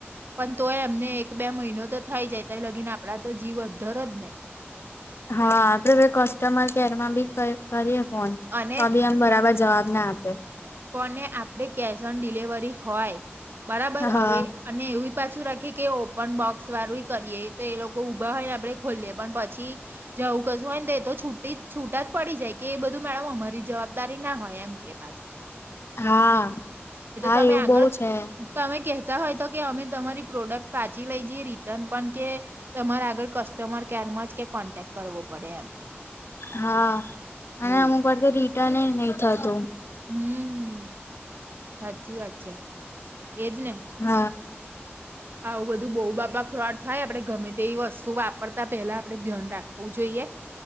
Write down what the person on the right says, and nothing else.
પણ તોય એમને એક બે મહિનો તો થઈ જાય, તઈ લગીન આપડા તો જીવ અધ્ધર જ ને.
અને
પણ એ આપડે કેશ ઓન ડિલિવરી હોય બરાબર
હવે અને એવું પાછું રા ખી કે ઓપન બોક્સ વાળું કરીએ તો એ લોકો ઊભા હોય ને આપડે ખોલીએ પણ પછી જો આવું કશું હોયન તો એતો છૂટી છૂટા જ પડી જાય કે એ બધું મેડમ અમારી જવાબદારી ના હોય એમ કે પાછ
તમે
આગળ
તમે કહેતા હોય તો કે અમે તમારી પ્રોડક્ટ પાછી લઈ જઈએ રિટર્ન પણ કે તમારે આગળ કસ્ટમર કેરમાં જ કે કોન્ટેક્ટ કરવો પડે એમ
એવું
હમ સાચી વાત છે એજ ને
આવું બધું બહુ બાપા ફ્રોડ થાય આપણે ગમે તે એવી વસ્તુ વાપરતા પેલા આપડે ધ્યાન રાખવું જોઈએ.